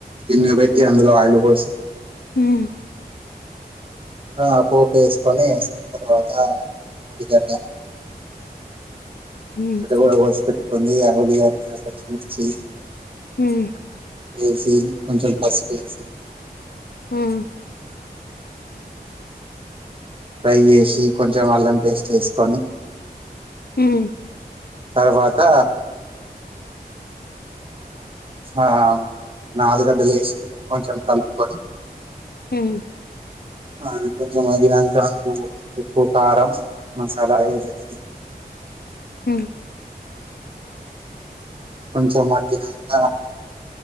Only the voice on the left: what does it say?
హమ్
హ్మ్
హ్మ్
హ్మ్
హ్మ్
హ్మ్
హ్మ్